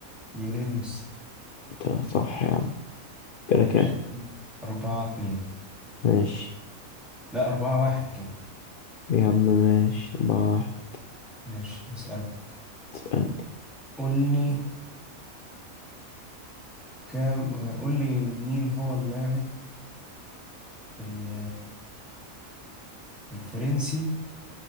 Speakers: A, in the centre; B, on the left.
A: ليونيل ميسي
B: انت صح يا عم
A: ماشي
B: كده كام
A: أربعة اتنين
B: ماشي
A: لا أربعة واحد كده
B: يا عم ماشي أربعة واحد
A: ماشي أسألك
B: تسألني
A: قول لي كام قول لي مين هو اللاعب ال- الفرنسي